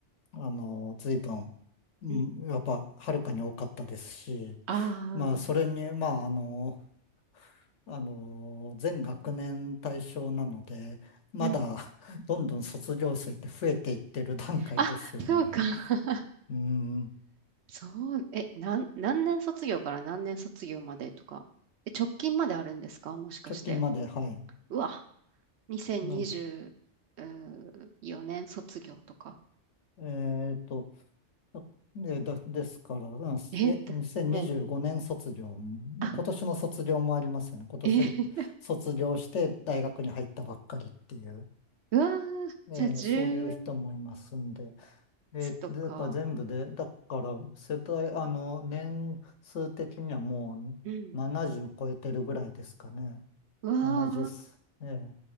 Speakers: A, on the left (about 75°); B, on the right (about 70°).
A: あの、随分、うん、
B: うん。
A: やっぱ、はるかに多かったですし、
B: ああ、
A: まあ、それに、まあ、あの、あの、全学年対象なので、まだ、
B: うん。
A: <laughs> どんどん卒業生って増えていってる段階ですよね。
B: あ、そうか。<laughs>
A: うん、
B: そう、え、なん、何年卒業から何年卒業までとか。え、直近まであるんですかもしかして。
A: 直近まで、はい。
B: うわ、2024年卒業とか。
A: なん、えっと、あで、だ、ですから、うんえ、
B: え、っもう、
A: 2025年卒業、今年の卒業もありますよね。
B: あ、
A: 今年卒業して大学に入ったばっかりっていう、
B: え、<laughs> うわー、
A: えーそういう人もいますんで、
B: じゃあ18
A: えーだから全部で、
B: とか。
A: だから世代、あの、年数的にはも
B: うん。
A: う70超えてるぐらいですかね。
B: うわあ、
A: 70す、えー